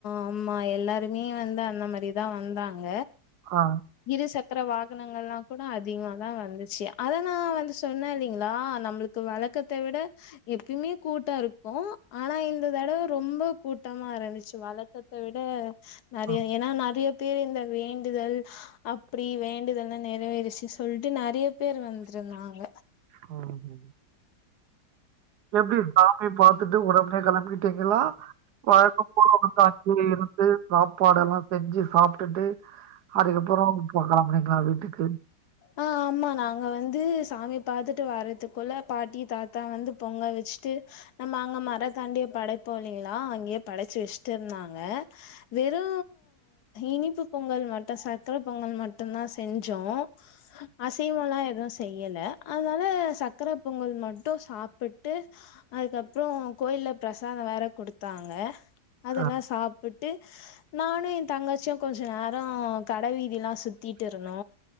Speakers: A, on the left; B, on the right.
A: ஆமா எல்லாருமே வந்து அந்த மாரிதா வந்தாங்க
B: ஆ
A: இரு சக்கர வா ணங்கலா கூட அதிகமாதா வந்துச்சு அத நா வந்து சொன்னே இல்லலிங்களா நம்மளுக்கு வழக்கத்த விட எப்பியுமே கூட்ட இருக்கு ஆனா இந்த தடவ ரொம்ப கூட்டமா இருந்து ச்சு வழக்கத்த விட நெறைய
B: ம்
A: ஏன்னா நெறைய பிரிந்த வேண்டுதல் அப்டி வேண்டுதல்லா நெறைவேறிச்சு சொல்லிட்டு நெறைய பேர் வந்துருந்தாங்க
B: ம். எப்டி சாமி பாத் த்துட்டு உடனே கெளம்பி பாத்திங்களா வழக்க போல வந்து அங்கே இருந்து சாப்பாடு எல்லா செஞ்சு சாப்டுட்டு அதுக்கப்பறோ போகலாமே நா வீட்டுக்கு
A: ஆ ஆமா நாங்க வந்து சாமி பாத்துட்டு வரத்துக்குள்ள பாட்டி தாத்தா வந்து பொங்கல் வெச்சுட்டு நம்ம அங்க மர தாண்டி படைப்போ இல்லைங்களா அங்கேயே படச்சு வச்சுட்டு இருந்தாங்க வெறு இனிப்பு பொங்கல் மட்டு சக்கர பொங்கல் மட்டுதா செஞ்சோ அசைவோலா எதுவு செய்யலே அதனால சக்கர பொங்கல் மட்டு சாப்புட்டு அதுக்கப்புறோ கோயில்ல பிரசாதோ வேற கொடுத்தாங்க அதெல்லா
B: ஆ
A: சாப்புட் டு நானு எ தங்கச்சியு கொஞ்ச நேரோ கட வீதியெல்லா சு த்திட் இருந்தோ